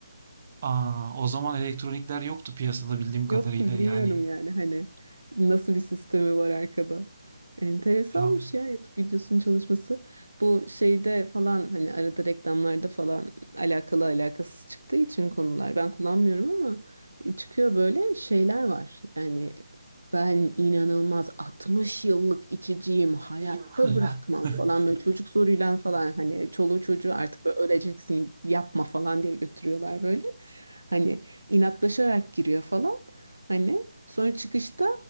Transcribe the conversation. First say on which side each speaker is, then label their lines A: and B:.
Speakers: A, on the right; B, on the right.
A: Aa, o zaman elektronikler yoktu piyasada bildiğim kadarıyla.
B: Yoktu bilmiyorum
A: Yani
B: yani hani nasıl bir sistemi var arkada. Enteresanmış
A: ya
B: ya YouTube videosunun çalışması. Bu şeyde falan hani arada reklamlarda falan alakalı alakasız çıktığı için konular ben kullanmıyorum ama çıkıyor böyle şeyler var. Yani ben inanılmaz 60 yıllık içiciyim hayatta
A: <laughs>
B: bırakmam falan böyle çocuk zoruyla falan hani çoluğu çocuğu artık böyle öleceksin yapma falan diye götürüyorlar böyle. Hani inatlaşarak giriyor falan. Hani sonra çıkışta